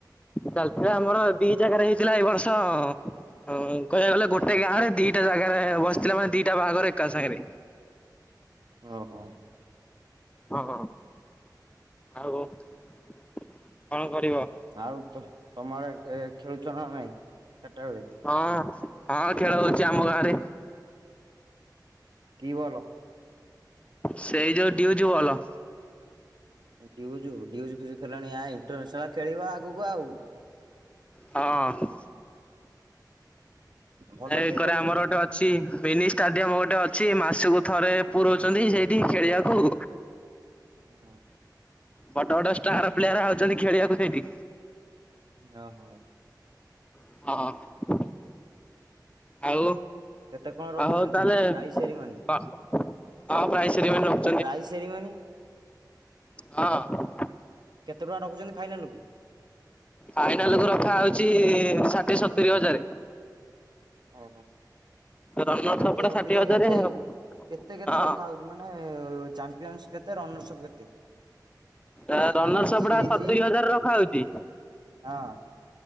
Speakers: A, on the left (about 15°); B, on the right (about 75°).
A: ଚାଲିତେ ଆମର ଦି ଜାଗାରେ ହେଇଥିଲା ଏଇ ବର୍ଷ ହଁ କହିବାକୁ ଗଲେ ଗୋଟେ ଗାଁ ରେ ଦିଟା ଜାଗାରେ ବସିଥିଲା ମାନେ ଦିଟା ବାହାଘର ଏକା ସାଙ୍ଗେରେ।
B: ଓ ହୋ
A: ହଁ, ହଁ ଆଉ କଣ କରିବ?
B: ଆଉ ତ ତମ ଆଡେ ଖେ ଖେଳୁଛ ନା ନାଇଁ ଚାଟା ବେଳେ।
A: ହଁ, ହଁ ଖେଳ ହଉଚି ଆମ ଗାଁରେ।
B: କି ବଲ୍?
A: ସେଇ ଯୋଉ ଡିଉ ଜୁ ବଲ।
B: ଡିଉଜୁ ଡିଉଜୁ ଫିଉଜୁ ଖେଲାଣି ଆଈ ଇଣ୍ଟରାସନାଲ ଖେଳିବା ଆଗକୁ ଆଉ।
A: ହଁ।
B: ଭଲ
A: ଆରେ
B: କିଏ
A: ଏକରେ
B: ଖେଳୁଛି?
A: ଆମର ଗୋଟେ ଅ ଛି ମିନି ଷ୍ଟାଡିୟମ ଗୋଟେ ଅଛି, ମାସକୁ ଥରେ ପୁ ରଉଛନ୍ତି ସେଇଠି ଖେଳିବାକୁ।
B: ହଁ।
A: ବଡ ବଡ ଷ୍ଟାର ପ୍ଲେୟାର ଆଉଛନ୍ତି ଖେଳିବାକୁ ସେଇଠି।
B: ଅ ହୋ।
A: ହଁଅ। ଆଉ
B: କେତେ କଣ ରଖୁଛନ୍ତି
A: ଆଉ ହଉ ତାହେଲେ
B: ପ୍ରାଇଜ
A: ହ
B: ସେରିମନି?
A: ହଁ ହଁ ପ୍ରାଇସେରିବନି ଆଉ।
B: Prize ceremony.
A: ହଁ।
B: କେତେ ଟଙ୍କା ରଖୁଛନ୍ତି ଫାଇନାଲ୍ କୁ?
A: ଫାଇନାଲ କୁ ରଖା ହଉଚି ଷାଠିଏ, ସତୁରି ହଜାରେ।
B: ଓହୋ ଷାଠିଏ
A: ରନର୍ ସପଟା
B: ସତୁୁରୀ
A: ଷାଠିଏ
B: ହଜାର
A: ହଜାରେ
B: ଯେ
A: ଆଉ।
B: କେତେ କେତେ
A: ହଁ
B: ରଖାଉ ଏ ମାନେ ଚାପିୟନସ କେତେ ରନରସଅପ ସବୁ କେତେ?
A: ଅ ରନରସଅପଗୁଡା
B: ମ୍ୟାନ ଅଫ ଦି ସିରିଜ
A: ସତୁରି ହଜାର ରଖା ହଉଚି।
B: ହଁ